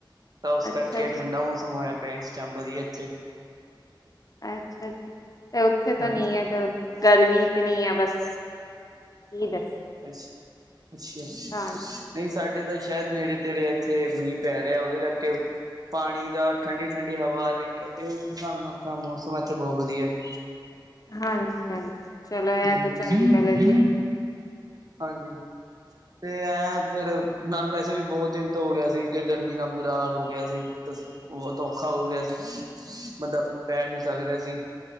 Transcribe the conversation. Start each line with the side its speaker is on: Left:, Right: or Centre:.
Right: ਤਾਂ ਉਸ
Left: ਅੱਛਾ
Right: ਕਰਕੇ ਠੰਡਾ
Left: ਜੀ
Right: ਮੌਸਮ ਹੋਇਆ ਪਿਆ ਇਸ ਟਾਈਮ ਵਧੀਆ ਇੱਥੇ
Left: ਅੱਛਾ ਜੀ ਤੇ ਉੱਥੇ ਤਾਂ
Right: ਹਾਂਜੀ
Left: ਨੀ ਹੈ ਤੇ ਗਰਮੀ ਤੇ ਨ ਆ ਬਸ ਕੀ ਦੱਸਾਂ
Right: ਅੱਛ ਅੱਛਾ
Left: ਹਾਂਜੀ
Right: ਨਹੀਂ ਸਾਡੇ ਤਾਂ ਸ਼ਾਇਦ ਨੇੜੇ ਤੇੜੇ ਇੱਥੇ ਮੀਂਹ ਪੈ ਰਿਹਾ ਉਹਦੇ ਕਰਕੇ ਪਾਣੀ ਦਾ ਠੰਡੀ ਠੰਡੀ ਹਵਾ ਆ ਰਹੀ ਹੈ ਤੇ ਉਸ ਹਿਸਾਬ ਨਾਲ ਮੌਸਮ ਇੱਥੇ ਬਹੁਤ ਵਧੀਆ ਹੈ
Left: ਹਾਂਜੀ ਹਾਂਜੀ ਚਲੋ ਇਹ
Right: ਹਮ
Left: ਤਾਂ ਚੰਗੀ ਗੱਲ ਹੈ ਜੀ।
Right: ਹਾਂਜੀ। ਤੇ ਐਂ ਫੇਰ ਨਾਲ ਵੈਸੇ ਵੀ ਬਹੁਤ ਦਿਨ ਤੋਂ ਹੋ ਗਿਆ ਸੀ ਕਿ ਗਰਮੀ ਨਾਲ ਬੁਰਾ ਹਾਲ ਹੋ ਗਿਆ ਸੀ। ਬਤ ਔਖਾ ਹੋ ਗਿਆ ਸੀ ਬੰਦਾ ਪੈਰ ਨਹੀਂ ਸਕ ਰਿਹਾ ਸੀ